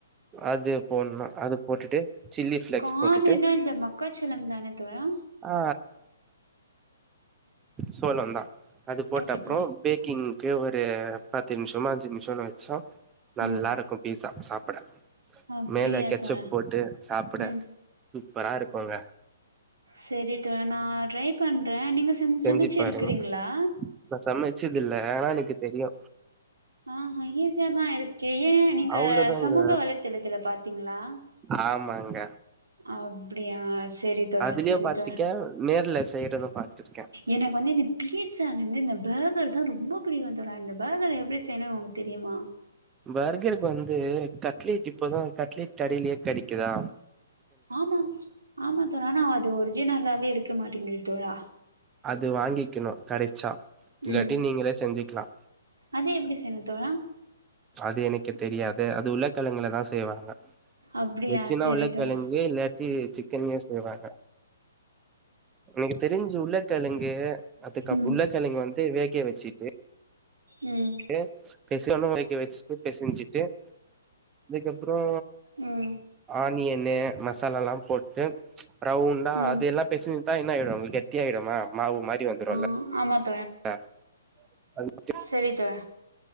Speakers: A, on the right; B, on the right.
A: அது போட்னு அது போட்டுட்டு சில்லி ஃப்ளெக்ஸ்
B: கானுன்னா
A: போட்டுட்டு
B: இந்த மக்காச்சோளம் தான தோழா
A: ஆ சோளன்தா அது போட்டப்புறோ
B: ஓகே தோழா
A: பேக்கிங்க்கு ஒரு பத்து நிமிஷமோ அஞ்சு நிம் ஷோன் வெச்சா நல்லா
B: ம்
A: இருக்கு பீஸா சாப்பட
B: அப்டியா
A: மேல கெச்சப்
B: தோழா
A: போட்டு சாப்ட
B: ம்
A: சூப்பரா இருக்கங்க
B: செரி தோழா நா ட்ரை பண்றே நீங்க சம்
A: செஞ்சு
B: சமச்சு
A: பாருங்க
B: இருக்கிறீங்களா
A: நா சமைச்சதுல எனக்கு தெரியூ
B: ஆ ஈசியாதா இருக்கே ஏ நீங்க
A: அவ்ளோதாங்க
B: சமூக வலைத்தளத்துல பாத்தீங்களா
A: ஆமாங்க
B: அப்படியா செரி தோழா
A: அதுலயூ
B: செரி
A: பா்த்திருக்கே
B: தோழா
A: நேர்ல செய்ரதூ பாத்திருக்கே
B: எனக்கு வந்து இந்த பீட்டசாலேருந்து இந்த பேர்கர் தா ரொம்ப புடிக்கு தோழா இந்த பேர்கர் எப்படி செய்யணும்ன்னு உனக்கு தெரியுமா
A: பர்கருக்கு வந்து கட்லேட் இப்பதா கட்லேட் கடையிலே கடைக்குதா
B: ஆமா ஆமா தோழா நா அது ஒரிஜினல்லாவே இருக்க மாட்டேங்கு தோழா
A: அது வாங்கிக்கணோ கடைச்சா இல்லாட்டி
B: ம்
A: நீங்களே செஞ்சிக்கலா
B: அது எப்படி செய்னூ தோழா
A: அது எனக்கு தெரியாது அது உருளக்கிழங்குள தா செய்வாங்க
B: அப்டியா
A: வெஜ்ஜுன்னா
B: செரி
A: உருளக்கிழங்கு
B: தோழா
A: இல்லாட் இது சிக்கன்லே செய்வாங்க எனக்கு தெரிஞ்சு உருளகிழங்கு அதுக்கு அப்
B: ம்
A: உள்ளங்க்கிழங்கு வந்து வேகீய்ய வெச்சிட்டு
B: ம்
A: ஏ பெசியோன்னா <unintelligible> வச்சுட்டு பெசிஞ்சுட்டு அதுக்கப்றோ
B: ம்
A: ஆனியன்னு மசாலால்லா போட்டு ரவுண்டா
B: ம்
A: அது எல்லாப் பெசிஞ்சிட்டா என்ன ஆயிரோ உங்க கொட்டியாயிடுமா மாவு மாரி வந்துரூல்ல
B: ம் ஆமாத்
A: அ அது ப்
B: செரி தோழா